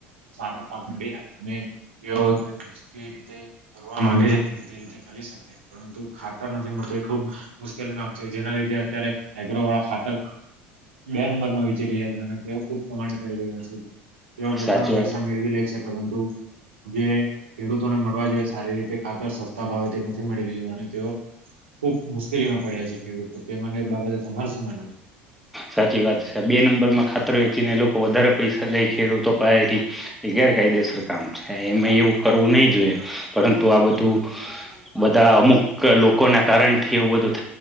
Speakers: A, on the right; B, in the centre.
A: સારો પાક મળી રહેાય અને તેઓ <inaudible> જે રીતે કરવા માંગે છે તે તે રીતે કરી શકે પરંતુ ખાતર નથી મળતું એ ખુબ મુશ્કેલ નું કામ છે જેના લીધે અત્યારે એગ્રો વાળા ખાતર બે નંબરમાં વિચરી રહ્યા હતા અને તેઓ ખૂબ કમાણી કરી રહ્યા છે. તેઓ પોતાના
B: સાચી
A: પૈસા
B: વાત
A: મેળવી લે છે. પરંતુ જે. ખેડૂતોને મળવા જોઈએ સારી રીતે ખાતર સસ્તા ભાવે તે નથી મળી રહ્યું અને તેઓ ખુબ મુશ્કેલીમાં પડ્યા છે ખેડૂતો તેને બાબતે તમાર શું માનવુ છે.
B: સાચી વાત છે બે નંબર માં ખાતર વેચીને લોકો વધારે પૈસા લઈ. ખેડૂતો પાસે થી. એ ગેરકાયદેસર કામ છે. એમાં એવું. કરવું નહીં જોઈએ પરંતુ આ બધું તોય ચાલી રહ્યું છે. બધા અમુક લોકો છે એ ન માને. લોકોના કારણથી એવું બધું